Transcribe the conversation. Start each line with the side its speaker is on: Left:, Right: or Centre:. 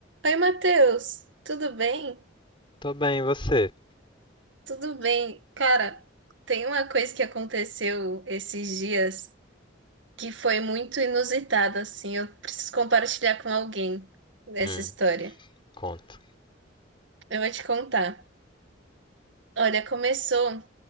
Right: Oi, Matheus, tudo bem?
Left: Tô bem, e você?
Right: Tudo bem. Cara, tem uma coisa que aconteceu esses dias que foi muito inusitada, assim. Eu preciso compartilhar com alguém essa
Left: Hum,
Right: história.
Left: conto.
Right: Eu vou te contar. Olha, começou,